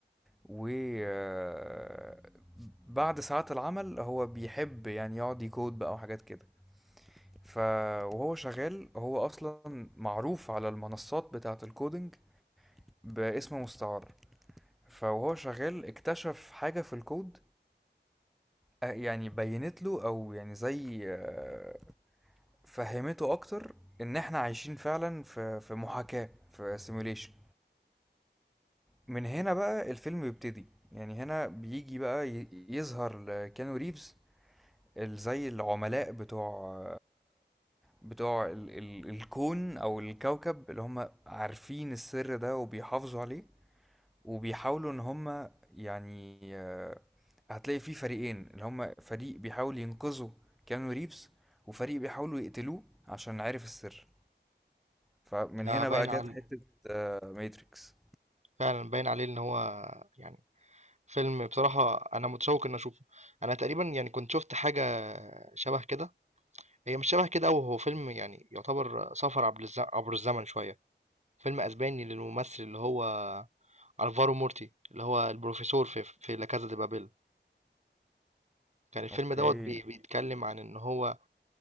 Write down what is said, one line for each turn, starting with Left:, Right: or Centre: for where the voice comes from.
Centre: و آه، بعد ساعات العمل هو بيحب يعني يقعد يكود بقى وحاجات كده ف وهو شغال هو اصلا معروف على المنصات بتاعة الكودينج باسم مستعار فوهو شغال اكتشف حاجة في الكود آه، يعني بينت له او يعني زي آه، فهمته اكتر ان احنا عايشين فعلا في في محاكاة في سيموليشن من هنا بقى الفيلم بيبتدي يعني هنا بيجي بقى ي- يظهر كيانو ريفز ال- زي العملاء بتوع بتوع ال ال الكون او الكوكب اللي هم عارفين السر ده وبيحافظوا عليه وبيحاولوا ان هم يعني آه، هتلاقي فيه فريقين اللي هم فريق بيحاول ينقذوا كيانو ريفز وفريق بيحاولوا يقتلوه عشان عارف السر فمن
Right: ده
Centre: هنا
Right: باين
Centre: بقى جت
Right: على
Centre: حتة ماتريكس
Right: فعلا باين عليه ان هو يعني فيلم بصراحة أنا متشوق إن أشوفه أنا تقريبا يعني كنت شفت حاجة شبه كده هي مش شبه كده أوي هو فيلم يعني يعتبر سفر عبر الز- عبر الزمن شوية فيلم أسباني للممثل اللي هو ألفارو مورتي اللي هو البروفيسور في في لا كازا دي بابيل كان الفيلم
Centre: اوكي
Right: دوت بي- بيتكلم عن إن هو